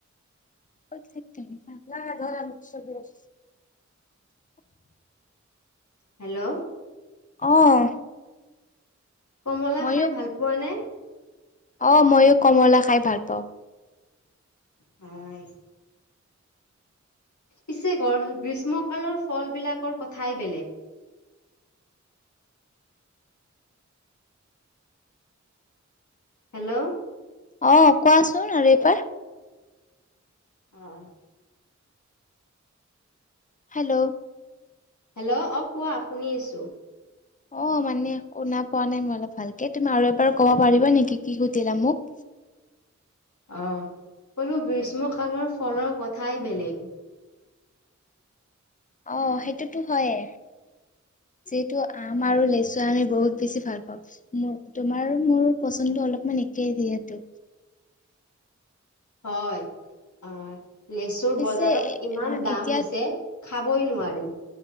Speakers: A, on the left; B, on the left.
A: <unintelligible>
B: হেল্ল'
A: অহ
B: কমলা
A: ময়ো
B: খাই ভাল পোৱা নে?
A: অ মইও কমলা খাই ভাল পাওঁ।
B: হয় পিছে গৰ গ্ৰীষ্ম কালৰ ফল বিলাকৰ কথ- ঠাই বেলেগ। হেল্ল'
A: অ কোৱাচোন আৰু এইবাৰ
B: অ
A: হেল্ল'
B: হেল্ল' অ কোৱা শুনি আছো
A: অ মানে শুনা পোৱা নাই মই অলপ ভালকে তুমি আৰু এবাৰ কব পাৰিবা নেকি কি সুধিলা মোক?
B: অ কলো গ্ৰীষ্ম কালৰ ফলৰ কথাই বেলেগ।
A: অ সেইটোতো হয়ে। যিহেতু আম আৰু লেচু আমি বহুত বেছি ভাল পাওঁ মোৰ তোমাৰ মোৰ পচন্দ অলপমান একেই যিহেতু।
B: হয় অ লেচুৰ
A: পিছে
B: বজাৰত ইমান দাম
A: এতিয়া
B: হৈছে, খাবই নোৱাৰি।